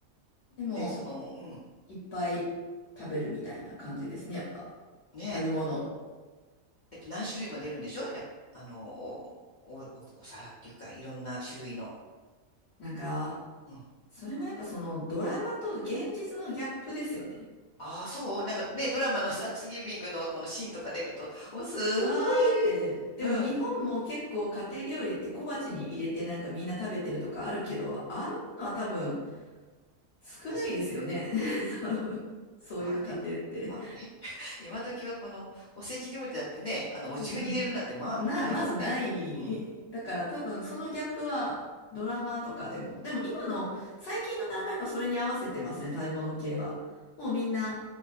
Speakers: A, on the left (about 55°); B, on the left (about 75°).
A: でも、
B: で、その、うん、
A: いっぱい食べるみたいな感じですね。やっぱ、
B: ねえ、
A: 食べ物を。
B: やっぱ何種類も出るんでしょやっぱ、あの、お、お、おお皿っていうか、いろんな種類の。
A: なんか、
B: うん。
A: それもやっぱそのドラマと現実のギャップですよね。
B: ああ、そう、なんかね、ドラマの <laughs> サンクスギビングのこのシーンとか出ると、もうすごい、
A: わーって、でも日本も結構家庭料理って小鉢に入れてなんかみんな食べてるとかあるけど、
B: うん。
A: あんなのは多分少ないですよね。
B: 確か、
A: <laughs>
B: まあ、
A: 多分そういう家庭って。
B: まあね、まあね。<laughs> 今時はこのおせち料理だってね、あの、お重に入れるなんてまあないもんね。
A: うん。な、まずない。
B: うん、
A: だから多分そのギャップはドラマとかでも。でも今の最近のドラマやっぱそれに合わせてますね、食べ物系は。もうみんな